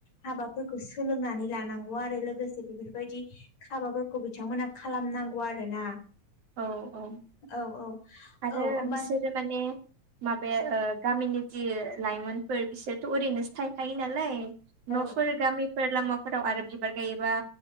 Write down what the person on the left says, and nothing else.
हाबा। फोरफोरखौ सोलोंनानै लानांगौ आरो लोगोसे बेफोरबायदि हाबाफोरखौ बिथांमोना खालामनांगौ। रोना
औ- औ
-औ ओमबाय।
औ